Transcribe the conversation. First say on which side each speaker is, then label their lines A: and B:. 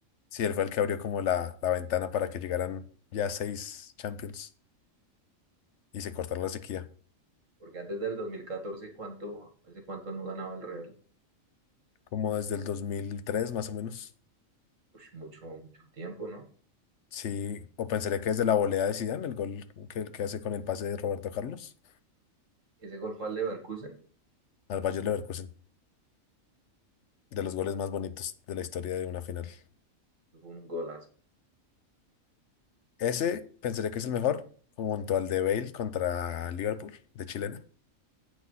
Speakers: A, on the left; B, on the right.
A: Sí, él fue el que abrió como la, la ventana para que llegaran ya seis Champions y se cortara la sequía,
B: Porque antes del 2014, ¿cuánto, hace cuánto no ganaba el Real?
A: como desde el 2003 más o menos,
B: ush, mucho, mucho tiempo, ¿no?
A: Sí, o pensaría que es de la volea de Zidane, el gol que, que hace con el pase de Roberto Carlos
B: Ese gol fue al Leverkusen,
A: al Bayer Leverkusen, de los goles más bonitos de la historia de una final.
B: fue un golazo.
A: Ese pensaría que es el mejor, junto al de Bale contra Liverpool, de chilena,